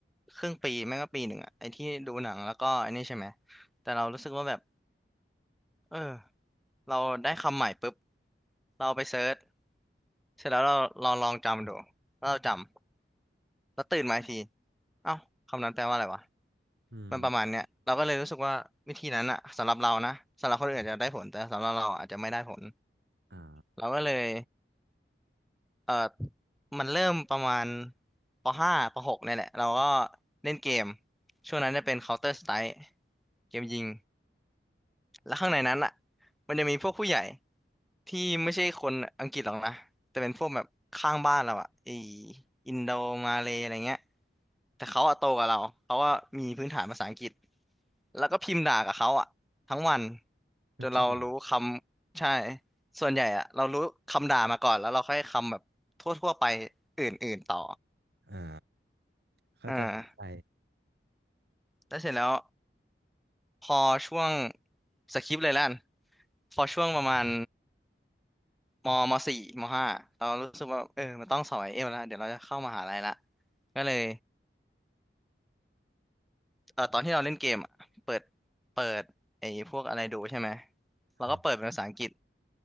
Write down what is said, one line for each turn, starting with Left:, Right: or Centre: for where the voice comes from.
Centre: ครึ่งปีแม่งก็ปีหนึ่งอ่ะไอ้ที่ดูหนังแล้วก็ไอ้นี่ใช่ไหมแต่เรารู้สึกว่าแบบเออเราได้คำใหม่ปุ๊บเราไปเซิร์ชเสร็จแล้วเราเราลองจำดูแล้วเราจำแล้วตื่นมาอีกทีเอ้าคำนั้นแปลว่าอะไรวะ
Right: อืม
Centre: มันประมาณเนี้ยเราก็เลยรู้สึกว่าวิธีนั้นอ่ะสำหรับเรานะสำหรับคนอื่นอาจจะได้ผลแต่สำหรับเราอาจจะไม่ได้ผล
Right: อ่า
Centre: เราก็เลย เออมันเริ่มประมาณปห้าปหกเนี่ยแหละเราก็เล่นเกมช่วงนั้นจะเป็น Counter Strike เกมยิง แล้วข้างในนั้นอ่ะมันจะมีพวกผู้ใหญ่ที่ไม่ใช่คนอังกฤษหรอกนะแต่เป็นพวกแบบข้างบ้านเราอ่ะไออินโดมาเลอะไรเงี้ยแต่เขาอะโตกว่าเราเขาว่ามีพื้นฐานภาษาอังกฤษแล้วก็พิมพ์ด่ากับเขาอ่ะทั้งวัน
Right: ก็จริง
Centre: จนเรารู้คำใช่ส่วนใหญ่อ่ะเรารู้คำด่ามาก่อนแล้วเราค่อยคำแบบทั่วๆไปอื่นๆต่อ
Right: อ่าเข้าใจเข้าใจ
Centre: อ่าแล้วเสร็จแล้วพอช่วงสคริปต์เลยแล้วกันพอช่วงประมาณ มมสี่มห้าเรารู้สึกว่าเออมันต้องสอบไอเอฟแล้วเดี๋ยวเราจะเข้ามหาลัยละก็เลยเออตอนที่เราเล่นเกมอะเปิดเปิดไอพวกอะไรดูใช่ไหมเราก็เปิดเป็นภาษาอังกฤษ
Right: อ่า